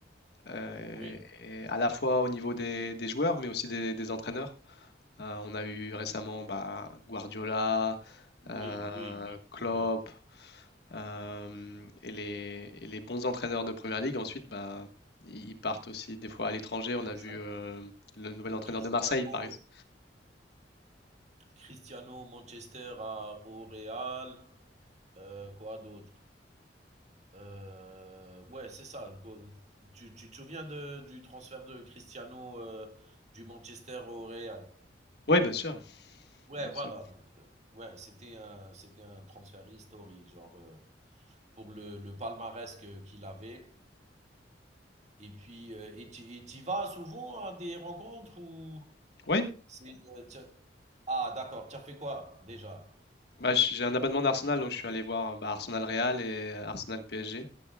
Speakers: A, on the left (about 65°); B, on the right (about 40°).
A: euh,
B: oui,
A: et à la fois au niveau des, des joueurs, mais aussi des des entraîneurs. Euh, on a eu récemment bah, Guardiola,
B: oui,
A: euh,
B: oui, oui, c'est
A: Klopp,
B: vrai.
A: euh, et les, et les bons entraîneurs de Première Ligue, ensuite, bah, ils ils partent aussi des fois à l'étranger. On
B: Exact.
A: a vu euh, le nouvel entraîneur
B: Cristiano
A: de Marseille, par exemple.
B: Cristiano Manchester à, au Real. Euh, quoi d'autre Euh, Ouais, c'est ça. Tu, tu te souviens de, du transfert de Cristiano euh, du Manchester au Real
A: Oui, bien sûr,
B: Ouais,
A: bien sûr.
B: voilà. donc, euh, ouais, c'était un, c'était un transfert historique, genre euh, pour le, le palmarès que- qu'il avait. Et puis, euh, et tu et t'y vas souvent à des rencontres ou
A: Oui,
B: c'est. euh, t'as- ah, d'accord. Tu as fait quoi déjà?
A: bah, j- j'ai un abonnement d'Arsenal, donc je suis allé voir bah, Arsenal Real et Arsenal PSG.